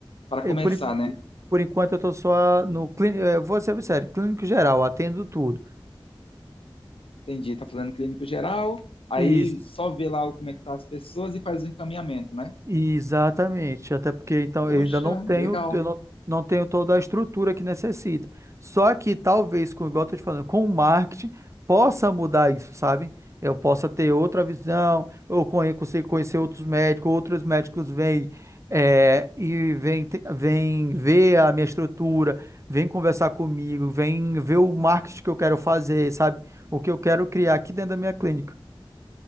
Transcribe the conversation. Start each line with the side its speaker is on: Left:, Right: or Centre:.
Left: para
Right: E
Left: começar,
Right: Por, en-
Left: né?
Right: por enquanto eu tô só no clínico. Vou ser sério, clínico geral, atendo tudo.
Left: Entendi, tá fazendo clínico geral, aí
Right: Isso.
Left: só vê lá como é que tá as pessoas e faz o encaminhamento, né?
Right: Exatamente, até porque então
Left: Poxa,
Right: eu ainda não tenho,
Left: legal.
Right: eu não, não tenho toda a estrutura que necessita. Só que talvez, com igual eu tô te falando, com o marketing possa mudar isso, sabe? Eu possa ter outra visão, eu conhe- consigo conhecer outros médicos, outros médicos vêm é, e vêm te- vêm ver a minha estrutura, vêm conversar comigo, vêm ver o marketing que eu quero fazer, sabe? O que eu quero criar aqui dentro da minha clínica.